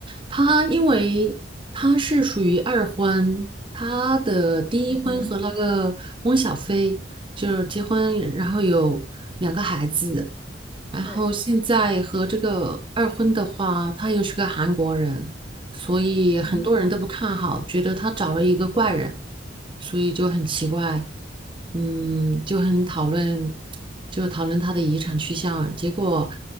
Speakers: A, on the right (about 30°); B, on the left (about 15°).
A: 他，因为他是属于二婚，他的第一婚和那个翁小飞就是结婚，
B: 嗯哼，
A: 然后有两个孩子，然后现在和这个二婚的话，
B: 对，
A: 他又是个韩国人，所以很多人都不看好，
B: 嗯哼。
A: 觉得他找了一个怪人，所以就很奇怪，嗯，就很讨论，就讨论他的遗产去向，结果。